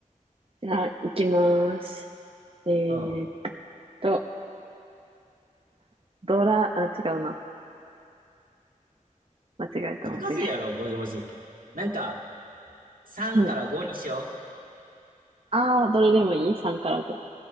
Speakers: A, on the right; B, on the right.
A: じゃあ、いきます。えーっ
B: ー。う
A: と、ドラ、あ、違うな。間違えた、
B: ん。
A: 間違え
B: 難しいやろ、5文字。なんか、3から5にしよ
A: た。うん。あー、どれでもいい ?3 から5。